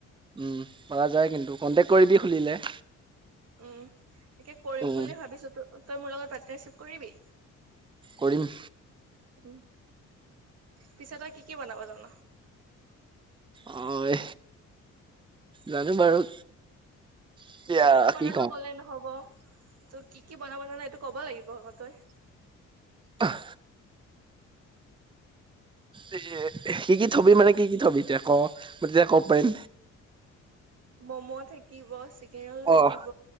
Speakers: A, on the right (about 15°); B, on the right (about 55°).
A: উম পৰা যায় কিন্তু কণ্টেক্ট কৰিবি খুলিলে
B: উম তাকে কৰিম
A: উম,
B: বুলি ভাবিছো ত তই মোৰ লগত পাৰ্টনাৰশ্বিপ কৰিবি।
A: কৰিম।
B: উম পিছে তই কি কি বনাবা জান?
A: অ' জানো বাৰু। এতিয়া
B: জানো বাৰুতো
A: কি কওঁ।
B: কলে নহব। তো কি কি বনাব জান এইটো ক'ব লাগিব ক তই।
A: অহ। এ কি-কি থবি মানে কি-কি থবি এতিয়া ক মই তেতিয়া ক'ব পাৰিম।
B: মম' থাকিব, চিকেন ৰল থাকিব,
A: অ'